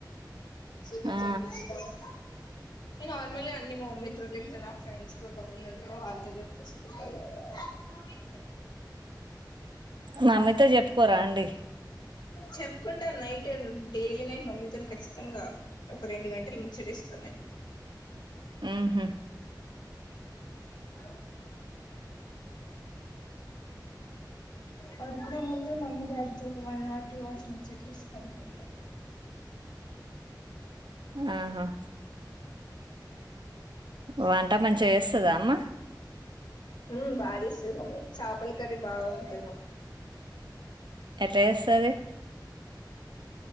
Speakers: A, on the left; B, on the right.
A: సో కొంచెం
B: ఆ
A: బిజీగానే నేను నార్మల్ గా అన్నీ మా మమ్మీ తోనే చెప్తా మా ఫ్రెండ్స్ కొంతమంది <unintelligible> మమ్మీ
B: మమ్మీ తో చెప్ పొరా అండి
A: చెప్పుకుంటా నైటెన్ డైలీ నైట్ మమ్మీతోని ఖచ్చితంగా ఒక రెండు గంటలు ముచ్చడిస్తా నేను
B: ఊహూ
A: <unintelligible> పడుకునే ముందు మమ్మీ డాడీ ఒక వన్ అవర్ టు అవర్స్ ముచ్చట్లిస్తా అనుకుంటా
B: ఆహా వంట మంచిగా చేస్తదా అమ్మ
A: ఊ బా చేస్తుది మమ్మీ చేపల కర్రీ బాగుంటది మ
B: ఎట్ల చేస్తది